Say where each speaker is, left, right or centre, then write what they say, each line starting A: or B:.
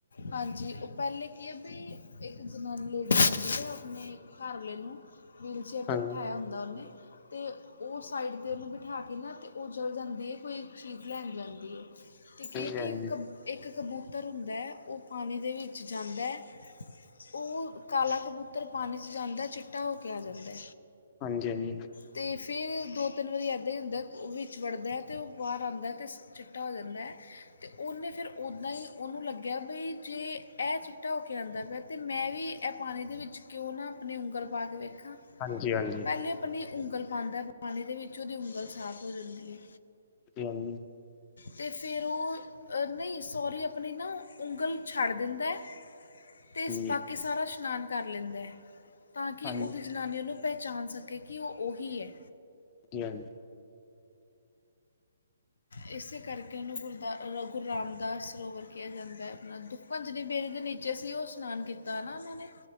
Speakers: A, on the left; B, on the left.
A: ਹਾਂਜੀ, ਓ ਪਹਿਲਾਂ ਕੀ ਹੈ ਬਈ ਇੱਕ ਜਨਾਨੀ ਲੇਡੀਜ਼ ਉਂਦੀ ਹੈ ਆਪਣੇ ਘਰਵਾਲੇ ਨੂੰ ਵੀਲਚੇਅਰ
B: ਹਾਂਜੀ
A: 'ਤੇ ਬਿਠਾਇਆ ਹੁੰਦਾ ਓਨੇ ਤੇ ਓ ਸਾਈਡ ਤੇ ਉਹਨੂੰ ਬਿਠਾ ਕੇ ਨਾ ਤੇ ਓ ਚਲ ਜਾਂਦੀ ਹੈ ਕੋਈ ਚੀਜ਼ ਲੈਣ ਜਾਂਦੀ ਹੈ ਤੇ ਕੀ ਐ
B: ਹਾਂਜੀ
A: ਕਿ ਇੱਕ ਕ ਇੱਕ ਕਬੂਤਰ ਹੁੰਦਾ ਔ ਪਾਨੀ ਦੇ ਵਿੱਚ ਜਾਂਦਾ। ਓ ਕਾਲਾ ਕਬੂਤਰ ਪਾਨੀ ਚ ਜਾਂਦਾ ਚਿੱਟਾ ਹੋ ਕੇ ਆ ਜਾਂਦਾ।
B: ਹਾਂਜੀ-ਹਾਂਜੀ।
A: ਤੇ ਫੇਰ ਦੋ-ਤਿੰਨ ਵਾਰੀ ਇੱਦਾਂ ਹੀ ਹੁੰਦਾ ਓਹ ਵਿੱਚ ਵੜਦਾ ਤੇ ਓਹ ਬਾਰ ਆਂਦਾ ਤੇ ਚਿੱਟਾ ਹੋ ਜਾਂਦਾ। ਤੇ ਓਨੇ ਫੇਰ ਓਦਾਂ ਹੀ ਓਹਨੂੰ ਲੱਗਿਆ ਬਈ ਜੇ ਐ ਚਿੱਟਾ ਹੋ ਕੇ ਆਂਦਾ ਪਿਆ ਤੇ ਮੈਂ ਵੀ ਐਹ ਪਾਨੀ ਦੇ ਵਿੱਚ ਕਿਯੋਂ ਨਾ ਆਪਣੀ ਉਂਗਲ ਪਾ ਕੇ ਵੇਖਾਂ
B: ਹਾਂਜੀ ਹਾਂਜੀ ਹਾਂਜੀ ਹਾਂਜੀ
A: ਓ ਪੈਲੇ ਆਪਣੀ ਉਂਗਲ ਪਾਂਦਾ ਪਾਨੀ ਦੇ ਵਿੱਚ ਓਦੀ ਉਂਗਲ ਸਾਫ਼ ਹੋ ਜਾਂਦੀ ਏ।
B: <unintelligible>
A: ਤੇ ਫੇਰ ਓਹ ਨਈ ਸੋਰੀ ਅਪਣੀ ਨਾ ਉਂਗਲ ਛੱਡ ਦਿੰਦਾ ਤੇ
B: ਹਾਂਜੀ
A: ਬਾਕੀ
B: ਹਾਂਜੀ
A: ਸਾਰਾ ਸ਼ਨਾਨ ਕਰ ਲੈਂਦੈ। ਤਾਂ ਕਿ
B: ਹਾਂਜੀ
A: ਓਦੀ ਜਨਾਨੀ ਔਨੂੰ ਪੈਹਚਾਣ ਸਕੇ ਕਿ ਓਹ ਓਹੀ ਐ।
B: ਜੀ ਹਾਂਜੀ।
A: ਇਸੇ ਕਰਕੇ ਇਨੂੰ ਗੁਰਦਾ ਰ ਗੁਰ ਰਾਮਦਾਸ ਸਰੋਵਰ ਕਿਆ ਜਾਂਦਾ ਆਪਣਾ ਦੁੱਖ ਭੰਜਨੀ ਬੇਰੀ ਦੇ ਨੀਚੇ ਸੀ ਓਹ ਇਸ਼ਨਾਨ ਕੀਤਾ ਨਾ ਓਨਾਂ ਨੇ।